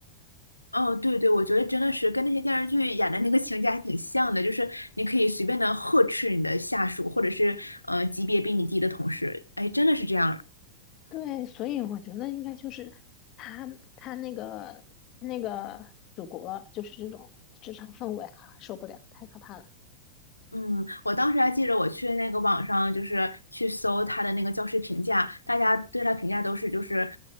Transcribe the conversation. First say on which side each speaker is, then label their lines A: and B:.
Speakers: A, on the left (about 80°); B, on the left (about 35°).
A: 哦，对对，我觉得真的是跟那些电视剧演的那个情节还挺像的，就是你可以随便的呵斥你的下属，或者是呃级别比你低的同事，哎，真的是这样。
B: 对，所以我觉得应该就是他他那个那个祖国就是这种职场氛围啊，受不了，太可怕了。
A: 嗯，我当时还记着，我去那个网上就是去搜他的那个教师评价，大家对他评价都是就是，